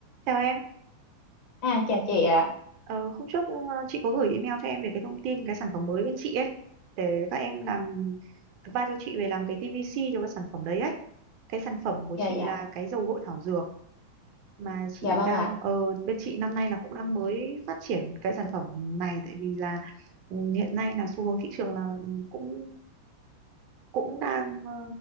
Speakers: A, on the right; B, on the left.
A: Chào em,
B: À, chào chị ạ.
A: ờ, hôm trước ờ, chị có gửi email cho em về cái thông tin cái sản phẩm mới bên chị ấy để các em làm advice cho chị về làm cái TVC cho cái sản phẩm đấy ấy. Cái sản phẩm của
B: Dạ
A: chị
B: dạ.
A: là cái dầu gội thảo dược mà chị
B: Dạ vâng
A: đang
B: ạ.
A: ờ, bên chị năm nay là cũng đang mới phát triển cái sản phẩm này tại vì là ừ, hiện nay là xu hướng thị trường là ừ, cũng cũng đang ờ,